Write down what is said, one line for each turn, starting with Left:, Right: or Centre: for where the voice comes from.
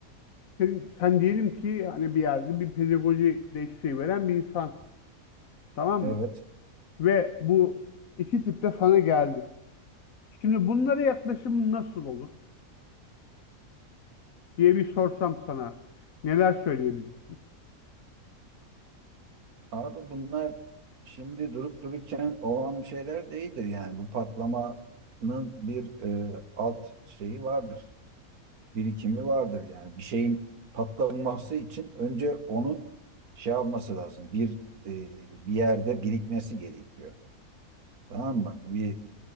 Left: sen, sen diyelim ki hani bir yerde bir pedagoji desteği veren bir insan. Tamam
Right: evet.
Left: mı? ve bu iki tip de sana geldi. Şimdi bunlara yaklaşımın nasıl olur diye bir sorsam sana neler söyleyebilirsin?
Right: Abi bunlar şimdi durup dururken olan bir şeyler değildir yani. Bu patlamanın bir e, alt şeyi vardır. Birikimi vardır yani. Bir şeyin patlaması için önce onun şey yapması lazım. Bir e, bir yerde birikmesi gerekiyor. Tamam mı? Bir